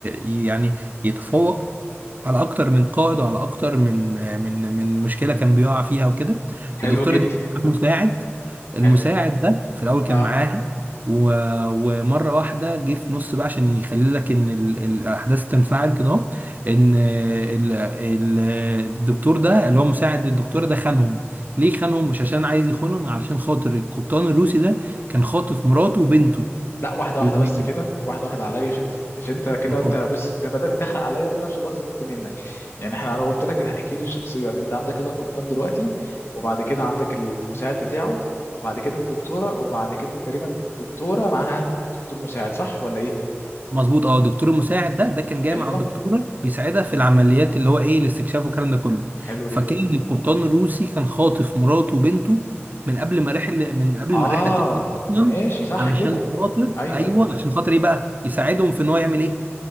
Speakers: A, on the right; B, on the left.
A: ي- يعني يتفوق على اكتر من قائد وعلى اكتر من من من مشكله كان بيقع فيها وكده
B: حلو
A: الدكتوره
B: جدا
A: دي كان معاها مساعد المساعد
B: حلو
A: ده في الاول كان
B: اه
A: معاها و... ومره واحده جه في نص بقى عشان يخلي لك ان ال... الاحداث تنفعل كده أهو، ان ال... ال... الدكتور ده اللي هو مساعد الدكتوره ده خانهم ليه خانهم مش عشان عايز يخونهم علشان خاطر القبطان الروسي ده كان خاطف مراته وبنته
B: لا واحده
A: وبيحكي
B: واحده بس كده واحده واحده عليا عشان انت عشان انت كده
A: لك
B: انت بص انت بدات تحرق عليا وفي نفس الوقت طلبت منك يعني احنا انا قلت لك احكي لي الشخصيات انت عندك كده القبطان دلوقتي وبعد كده عندك المساعد بتاعه وبعد كده الدكتوره وبعد كده تقريبا دكتوره معاها دكتور مساعد صح ولا ايه
A: مظبوط اه الدكتور المساعد ده ده كان جاي
B: ايوه
A: مع الدكتوره بيساعدها في العمليات اللي هو ايه الاستكشاف والكلام ده كله
B: حلو جدا
A: فكان القبطان الروسي كان خاطف مراته وبنته من قبل ما رحله من قبل
B: اه
A: ما الرحله تبدا اصلا
B: ماشي صح
A: علشان
B: كده
A: خاطر
B: ايوه
A: ايوه
B: ايوه
A: عشان خاطر ايه بقى يساعدهم في ان هو يعمل ايه